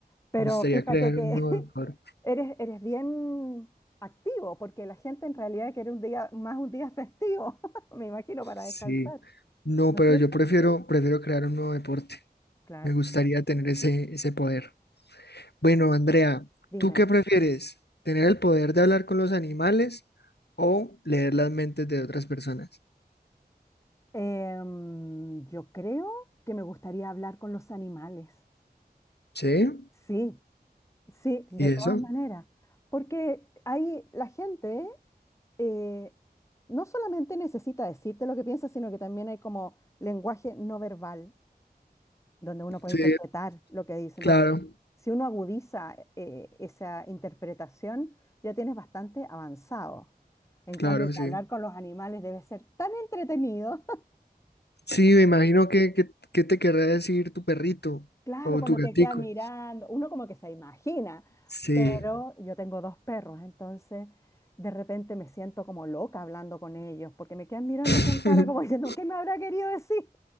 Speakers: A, on the left; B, on the left.
A: Pero
B: Me gustaría
A: fíjate
B: crear
A: que
B: un
A: <laughs>
B: nuevo deporte.
A: eres, eres bien activo, porque la gente en realidad quiere un día, más un día festivo, <laughs> me imagino, para
B: Sí,
A: descansar,
B: no,
A: ¿no
B: pero
A: es cierto?
B: yo prefiero, prefiero crear un nuevo deporte.
A: Claro.
B: Me gustaría tener ese, ese poder. Bueno, Andrea,
A: Dime,
B: ¿tú qué prefieres? ¿Tener el poder de hablar con los animales o leer las mentes de otras personas?
A: em, yo creo que me gustaría hablar con los animales.
B: Sí,
A: Sí, Sí, de
B: ¿y eso?
A: todas maneras, porque ahí la gente eh, no solamente necesita decirte lo que piensa, sino que también hay como lenguaje no verbal, donde uno puede
B: Sí,
A: interpretar lo que dice. Entonces,
B: claro,
A: si uno agudiza eh, esa interpretación, ya tienes bastante avanzado. En
B: claro,
A: cambio, que
B: sí.
A: hablar con los animales debe ser tan entretenido
B: Sí, me imagino que, que, que te querrá decir tu perrito
A: Claro,
B: o
A: cuando
B: tu gatico.
A: te queda mirando, uno como que se imagina,
B: Sí.
A: pero yo tengo dos perros, entonces de repente me siento como loca hablando con ellos, porque me quedan mirando
B: <laughs>
A: con cara como diciendo, ¿qué me habrá querido decir?